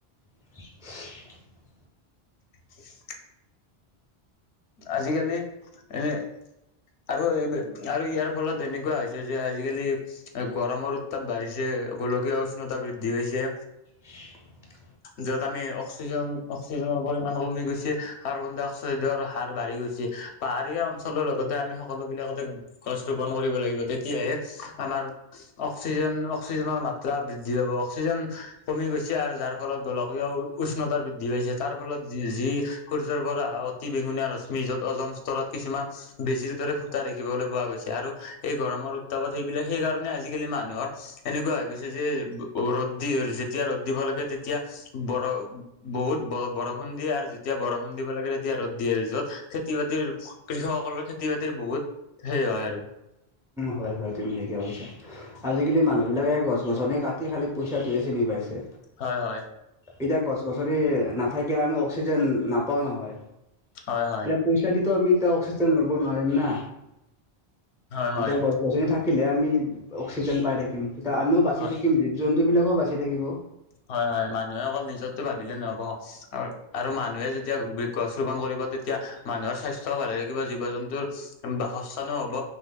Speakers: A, in the centre; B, on the left.
A: <inaudible>
B: <inaudible> আজিকালি এনে আৰু এই আৰু ইয়াৰ ফলত এনেকুৱা হৈছে যে আজিকালি গৰমৰ উত্তাপ বাঢ়িছে, গোলকীয় উষ্ণতা বৃদ্ধি পাইছে।
A: <inaudible>
B: য'ত আমি অক্সিজেন, অক্সিজেনৰ পৰিমাণ কমি গৈছে কাৰ্বন ডাই অক্সাইডৰ হাৰ বাঢ়ি গৈছে পাহাৰীয়া অঞ্চলৰ লগতে আমি সকলো বিলাকতে গছ ৰোপন কৰিব লাগিব তেতিয়াহে আমাৰ অক্সিজেন, অক্সিজেনৰ মাত্ৰা বৃদ্ধি পাব অক্সিজেন কমি গৈছে আৰু যাৰ ফলত গোলকীয় উষ্ণতা বৃদ্ধি পাইছে তাৰ ফলত যি সূৰ্যৰপৰা অহা অতি বেঙুনীয়া ৰশ্মি <unintelligible> যত অ'জন স্তৰত কিছুমান বেজিৰ দৰে ফুটা দেখিবলৈ পোৱা গৈছে আৰু এই গৰমৰ উত্তাপত সেইবিলাক সেইকাৰণে আজিকালি মানুহৰ এনেকুৱা হৈ গৈছে যে ৰ'দ দি যেতিয়া ৰ'দ দিব লাগে তেতিয়া বৰ বহুত ব বৰষুণ দিয়ে আৰু যেতিয়া বৰষুণ দিব লাগে তেতিয়া ৰ'দ দিয়ে আৰু য'ত খেতি বাতিৰ কৃষকসকলৰ খেতি বাতিৰ বহুত সেই হয় আৰু।
A: হয়, হয় তুমি ঠিকে কৈছা। আজিকালি মানুহবিলাকে গছ গছনি কাটি খালি পইচাটোহে চিনি পাইছে।
B: হয় হয়।
A: এতিয়া গছ গছনি নাথাকিলে আমি অক্সিজেন নাপাও নহয়।
B: হয়, হয়।
A: এতিয়া পইচা দিটো আমি এতিয়া অক্সিজেন ল'ব নোৱাৰিম না।
B: হয় হয়
A: এতিয়া গছ গছনি থাকিলেহে আমি অক্সিজেন পাই থাকিম তেতিয়া আমিও বাচি
B: হয়
A: থাকিম, জীৱ জন্তুবিলাকো বাচি থাকিব।
B: হয়, হয় মানুহে অকল নিজৰটো ভাবিলে নহ'ব। আ আৰু মানুহে যেতিয়া বৃক্ষ গছ ৰোপন কৰিব তেতিয়া মানুহৰ স্বাস্থ্যও ভালে থাকিব জীৱ জন্তুৰ বাসস্থানো হ'ব